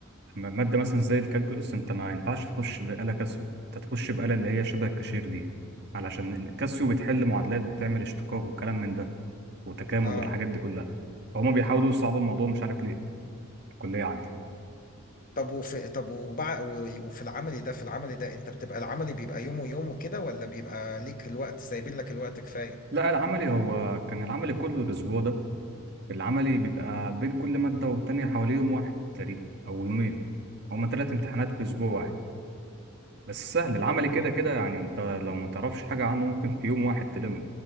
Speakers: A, on the right (about 55°); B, on the left (about 45°).
A: م- مادة مثلا زي الكالكولوس انت ما ينفعش تخش بآلة كاسيو انت تخش بآلة اللي هي شبه الكاشير دي علشان الكاسيو بتحل معادلات بتعمل اشتقاق وكلام من ده وتكامل
B: اه
A: والحاجات دي كلها فهم بيحاولوا يصعبوا الموضوع مش عارف ليه في الكلية عندي
B: طب وفي طب وبع... و- وفي العملي ده في العملي ده انت بتبقى العملي بيبقى يوم ويوم وكده ولا بيبقى ليك الوقت سايبين لك الوقت كفايه
A: لا العملي هو كان العملي كله الأسبوع ده العملي بيبقى بين كل مادة والتانية حوالي يوم واحد تقريبا أو يومين هما تلات امتحانات في أسبوع واحد بس سهل العملي كده
B: أكيد.
A: كده يعني أنت لو ما تعرفش حاجة عنه ممكن في يوم واحد تلمه